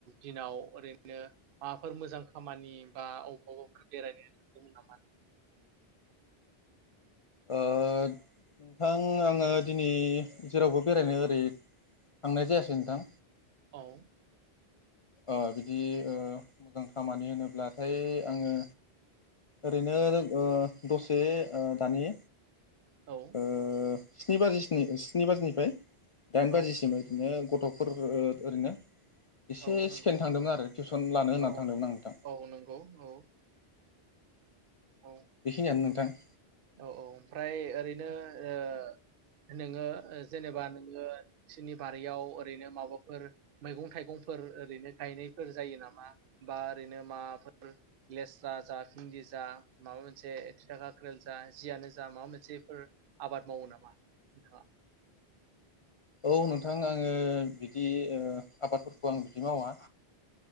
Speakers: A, on the right; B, on the left.
A: दिनाव ओरैनो माबाफोर मोजां खामानि बा अबावबाफोर बेरायनो थांदोंमोन नामा?
B: ओ नोंथां आङो दिनै जेरावबो बेरायनो ओरै थांनाय जायासै नोंथां।
A: औ
B: ओ बिदि ओ मोजां खामानि होनोब्लाथाय आङो ओरैनो ओ दसे ओ दानि
A: औ
B: ओ स्नि बाजि स्नि स्नि बाजिनिफ्राय दाइन बाजिसिम
A: औ
B: ओरैनो गथ गथ'फोर ओ ओरैनो एसे
A: औ नंगौ
B: सिखायनो थांदोंमोन आरो टिउसन लानो होननानै
A: औ
B: थांदोंमोन आं नोंथां।
A: औ नंगौ औ औ
B: बेखिनियानो नो थां
A: औ औ ओमफ्राय ओरैनो ओ नोङो जेनेबा नोङो नोंसिनि बारियाव ओरैनो माबाफोर मैगं थाइगंफोर ओरैनो गायनायफोर जायो नामा बा ओरैनो माबाफोर लेस्रा जा भिनदी जा माबा मोनसे तिता काख्रेल जा जियानो जा माबा मोनसेफोर आबाद मावो नामा नोंथाङा?
B: औ नोंथां आङो बिदि ओ आबादफोरखौ आं बिदि मावा